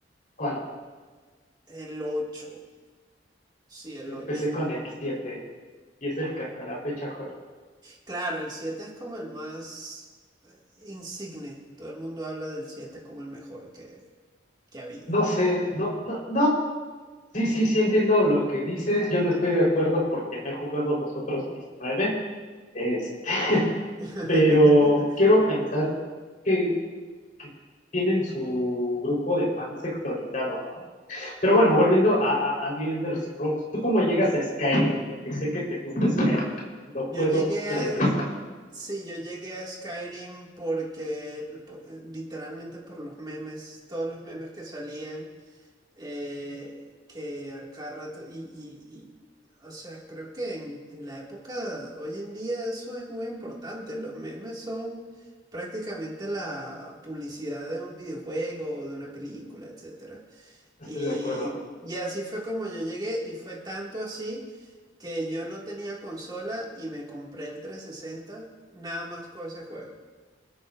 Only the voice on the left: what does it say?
¿Cuál?
Yo
empecé con el 7 y es el que hasta la fecha juego.
No sé, no, no, no, sí, sí, sí entiendo lo que dices. Yo no estoy de acuerdo porque no he jugado los otros diecinueve este, <laughs>
pero quiero pensar que, que tienen su grupo de fans sectorizado, ¿no? Pero bueno, volviendo a, a, a The Elder Scrolls, ¿tú cómo llegas a Skyrim? Porque sé que te gusta Skyrim, lo
puedo
predecir,
no
estoy de acuerdo.